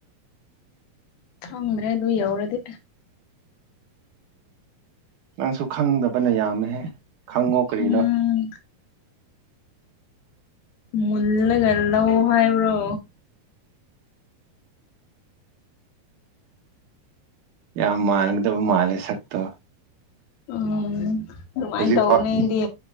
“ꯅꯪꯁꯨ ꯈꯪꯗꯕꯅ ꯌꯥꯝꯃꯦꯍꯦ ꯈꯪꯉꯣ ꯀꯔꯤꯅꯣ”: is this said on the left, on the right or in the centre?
Right